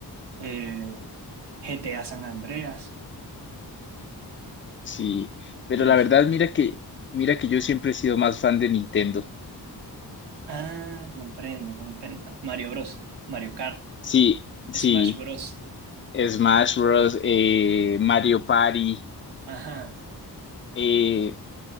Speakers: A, on the right (about 85°); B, on the left (about 30°).
A: eh, GTA San Andreas
B: sí, pero
A: y
B: la
A: otros.
B: verdad mira que, mira que yo siempre he sido más fan de Nintendo,
A: Ah, comprendo, comprendo. Mario Bros, Mario Kart,
B: sí,
A: Smash
B: sí,
A: Bros.
B: Smash Bros., eh, Mario Party,
A: Ajá.
B: eh,